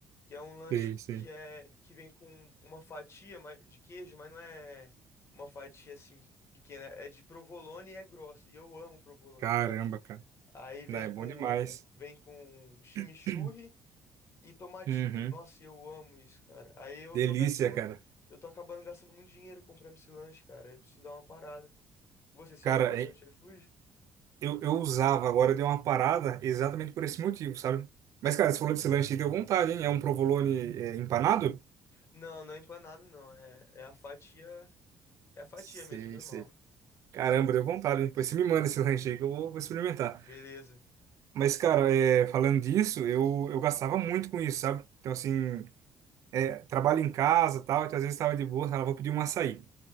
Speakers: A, on the left (about 45°); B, on the right (about 60°).
A: que é um lanche
B: Sei, sei.
A: que é que vem com uma fatia ma- de queijo, mas não é uma fatia assim pequena, é de provolone e é grossa. E eu amo provolone,
B: Caramba,
A: cara.
B: cara.
A: Aí vem
B: Não, é
A: com
B: bom demais.
A: vem com chimichurri
B: <clears throat>
A: e tomatinho.
B: Uhum.
A: Nossa, e eu amo isso, cara. Aí eu
B: Delícia,
A: tô gastando,
B: cara.
A: eu tô acabando gastando muito dinheiro comprando esse lanche, cara. Eu preciso dar uma parada. Você, você
B: Cara,
A: usa bastante
B: é-
A: iFood?
B: eu, eu usava, agora deu uma parada exatamente por esse motivo, sabe? Mas, cara, você falou desse lanche e deu vontade, hein? É um provolone é, empanado?
A: Não, não é empanado, não. É, é a fatia, é a fatia
B: Sei,
A: mesmo, normal.
B: sei. Caramba, deu vontade. Depois você me manda esse lanche aí que eu vou, vou experimentar.
A: Beleza.
B: Mas, cara, é, falando disso, eu, eu gastava muito com isso, sabe? Então, assim, é, trabalho em casa e tal, então às vezes tava de boa, ela vou pedir um açaí.